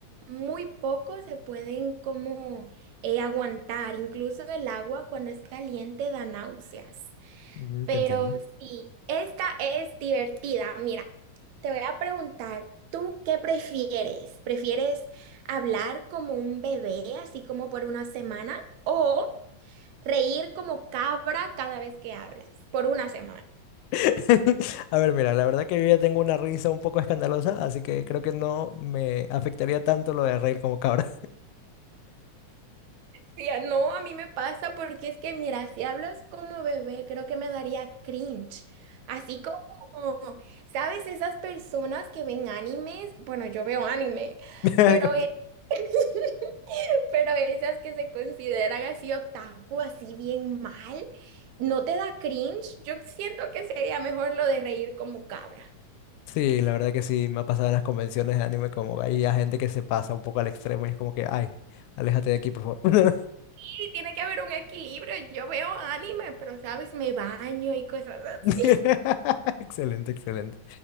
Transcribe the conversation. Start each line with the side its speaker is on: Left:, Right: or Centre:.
Right: muy poco se pueden como eh, aguantar. Incluso el agua cuando es caliente da náuseas.
Left: Mm,
Right: Pero
Left: Te entiendo.
Right: sí, esta es divertida. Mira, te voy a preguntar, ¿tú qué prefieres? ¿Prefieres hablar como un bebé, así como por una semana, o reír como cabra cada vez que hablas, por una semana?
Left: <laughs> A ver, mira, la verdad que yo ya tengo una risa un poco escandalosa, así que creo que no me afectaría tanto lo de reír como cabra.
Right: Tía, no, a mí me pasa porque es que, mira, si hablas como bebé, creo que me daría cringe. Así como, ¿sabes? Esas personas que ven animes, bueno, yo veo anime,
Left: <laughs>
Right: pero, e- <laughs> pero esas que se consideran así otaku, así bien mal, ¿no te da cringe? Yo siento que sería mejor lo de reír como cabra.
Left: Sí, la verdad que sí, me ha pasado en las convenciones de anime como hay gente que se pasa un poco al extremo y es como que, ay, aléjate de aquí, por favor.
Right: Sí, tiene que haber un equilibrio. Yo veo anime, pero, ¿sabes? Me baño y cosas así.
Left: <laughs> Excelente, excelente.